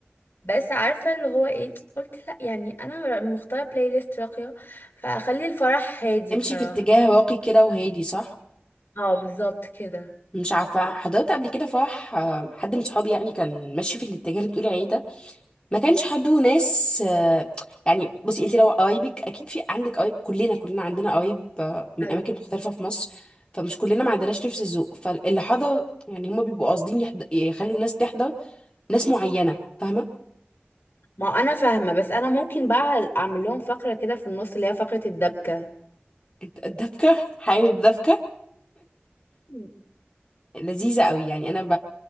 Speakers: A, on the left (about 65°); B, on the left (about 25°).
A: بس عارفه اللي هو ايه قلت لا يعني انا مختاره بلاي ليست راقيه فاخلي الفرح هادي
B: امشي
A: بصراحه
B: في اتجاه راقي كده وهادي صح؟
A: اه بالظبط كده
B: مش عارفة حضرت قبل كده فرح آه، حد من صحابي يعني كان ماشي في الاتجاه اللي بتقولي عليه ده ما كانش حد وناس آه، يعني بصي انت لو قرايبك اكيد في عندك قرايب كلنا كلنا عندنا قرايب آه، من
A: ايوه
B: اماكن مختلفة في مصر فمش كلنا ما عندناش نفس الذوق فاللي حضر يعني هما بيبقوا قاصدين يحض- يخلوا الناس تحضر ناس معينة فاهمة
A: ما هو انا فاهمه بس انا ممكن بقى اعمل لهم فقره كده في النص اللي هي فقره الدبكه
B: انت الدبكة <laughs> حابب دبكة
A: <laughs>
B: لذيذة قوي يعني انا ب...